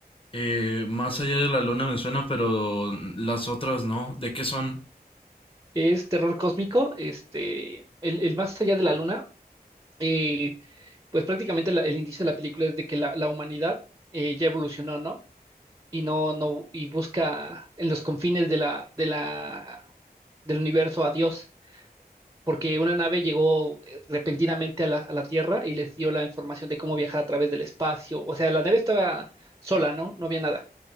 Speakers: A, on the left; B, on the right.
A: Eh, más allá de la luna me suena, pero las otras no. ¿De qué son?
B: Es terror cósmico. Este, el, el Más allá de la luna, eh, pues prácticamente la- el inicio de la película es de que la, la humanidad eh, ya evolucionó, ¿no? Y no, no, y busca en los confines de la, de la, del universo a Dios. porque una nave llegó eh, repentinamente a la, a la Tierra y les dio la información de cómo viajar a través del espacio. O sea, la nave estaba sola, ¿no? No había nada,